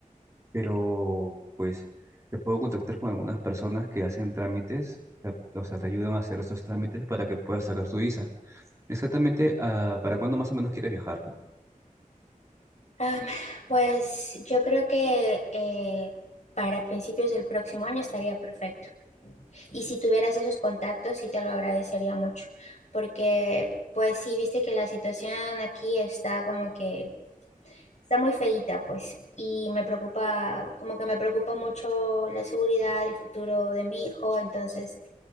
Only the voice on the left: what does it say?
Ah, pues yo creo que eh, para principios del próximo año estaría perfecto. Y si tuvieras esos contactos, sí te lo agradecería mucho, porque pues sí, viste que la situación aquí está como que está muy feíta, pues, y me preocupa, como que me preocupa mucho la seguridad, el futuro de mi hijo, entonces